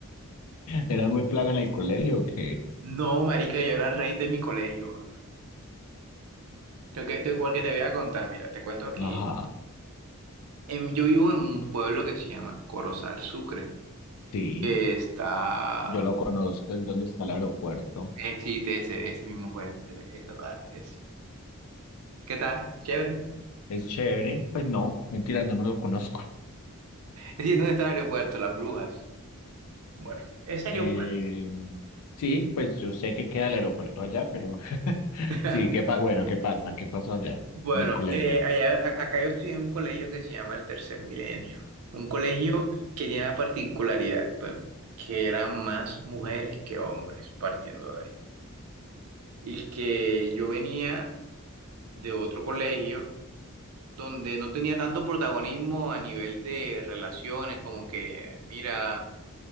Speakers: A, on the left; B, on the right.
A: ¿Eras muy plaga en el colegio o qué?
B: No, marica, yo era el rey de mi colegio. Te- que- te- Porque te voy a contar, mira, te cuento aquí.
A: Ajá,
B: Em, Yo vivo en un pueblo que se llama Corozal Sucre.
A: sí,
B: Eh, Está.
A: yo lo conozco, es donde está el aeropuerto.
B: eh, sí, de ese, ese mismo, pues. Ese, ese, tal, ese. ¿Qué tal? ¿Chévere?
A: Es chévere, pues no, mentira, yo no lo conozco.
B: Es decir, ¿dónde está el aeropuerto? Las Brujas. Bueno, ese aeropuerto.
A: Eh, sí, pues yo sé que queda el aeropuerto allá, pero <laughs>
B: <laughs>
A: sí, ¿qué pa- bueno, ¿qué pasa? ¿Qué pasó allá
B: Bueno,
A: en el colegio?
B: eh, allá, a- acá yo estudié en un colegio que se llama el Tercer Milenio. Un colegio que tiene la particularidad, pues, que eran más mujeres que hombres, partiendo de ahí. Y que yo venía de otro colegio donde no tenía tanto protagonismo a nivel de relaciones, como que, mira.